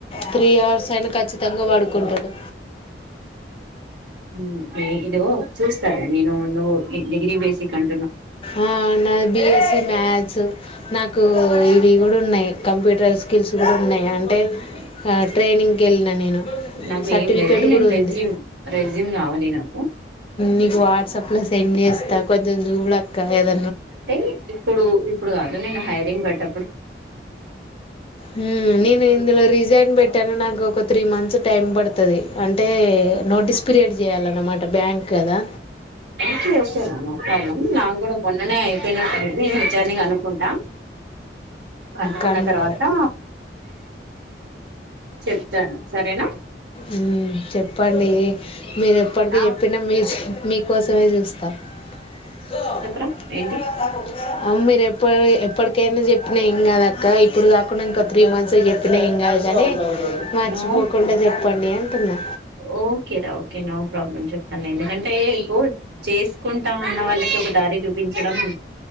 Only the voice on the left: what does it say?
త్రీ అవర్స్ అయిన ఖచ్చితంగ బడుకుంటడు.
ఆ నాది బిఎస్సి మ్యాథ్స్ నాకూ ఇ వి గూడున్నయి కంప్యూటర్ స్కిల్స్ గూడున్నయి అంటే ఆ ట్రైనింగ్ కెళ్ళిన నేను
సర్టిఫికేట్
కూడా
ఉంది
నీకు వాట్సాప్ లో సెండ్ చేస్తా కొంచెం జూడక్క ఏద
హ్మ్ నేను ఇందులో రిజైన్ బెట్టాను నాకు ఒక త్రీ మంత్స్ టైం పడుతది అంటే నోటీస్ పిరియడ్ జేయాలన్నమాట బ్యాంక్ కదా
కను
ఉమ్ చెప్. చెప్పండి, మీరు ఎప్పటికీ
యేప్పినా మీ స్, మీకోసమే జుస్తా. <unintelligible>
ఆమ్ మీరు ఎప్పుడు ఎప్పటికైనా జెప్పినా ఏం గా దక్క, ఇప్పుడు కాకుండా ఇంకో త్రీ మంత్స్ జెప్పిన ఏ. ఎం గాదు గని, మర్చిపోకుండా
జెప్పండి అంటున్నా.